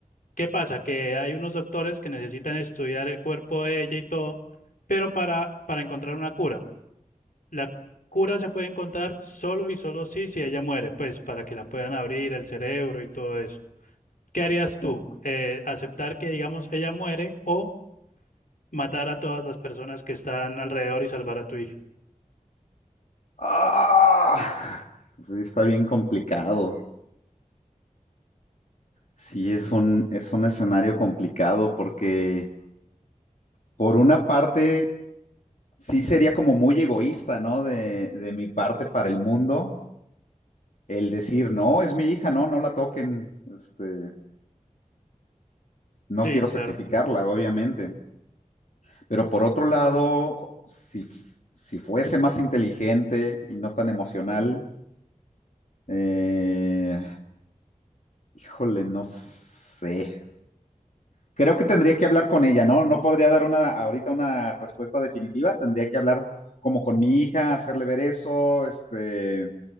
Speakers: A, on the left (about 85°); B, on the left (about 65°).
A: ¿qué pasa? Que hay unos doctores que necesitan estudiar el cuerpo de ella y todo, pero para, para encontrar una cura. La cura se puede encontrar solo y solo sí si ella muere, pues para que la puedan abrir el cerebro y todo eso. ¿Qué harías tú?
B: O-
A: Eh, ¿aceptar que, digamos, ella muere o matar a todas las personas que están alrededor y salvar a tu hija?
B: ¡Ah! Sí, está bien complicado. Sí, es un, es un escenario complicado porque por una parte. sí sería como muy egoísta, ¿no? De, de mi parte para el mundo, el decir, no, es mi hija, no, no la toquen, este, no
A: Sí,
B: quiero
A: claro.
B: sacrificarla, obviamente. Pero por otro lado, si, si fuese más inteligente y no tan emocional, eh, híjole, no sé. Creo que tendría que hablar con ella, ¿no? No podría dar una ahorita una respuesta definitiva, tendría que hablar como con mi hija, hacerle ver eso, este,